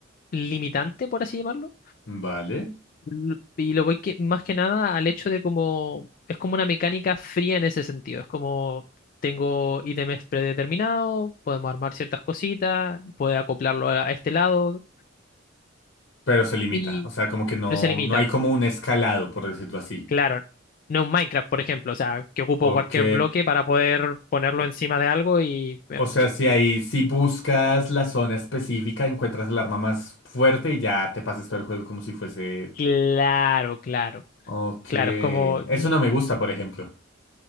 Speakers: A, on the left; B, on the left.
A: limitante, por así llamarlo.
B: Vale.
A: L- Y lo voy que, más que nada al hecho de como es como una mecánica fría en ese sentido. Es como tengo ítems predeterminados, podemos armar ciertas cositas, puede acoplarlo a a este lado
B: Pero se limita.
A: y
B: O sea, como que no,
A: pero se limita.
B: no hay como un escalado, por decirlo así.
A: Claro, no un Minecraft, por ejemplo, o sea, que ocupo
B: Ok.
A: cualquier bloque para poder ponerlo
B: O,
A: encima de algo y eh,
B: o sea, si ahí, si buscas la zona específica, encuentras el arma más fuerte y ya te pasas todo el juego como si fuese...
A: Claro, claro,
B: Ok.
A: claro, es como,
B: Eso
A: mm,
B: no me gusta, por ejemplo.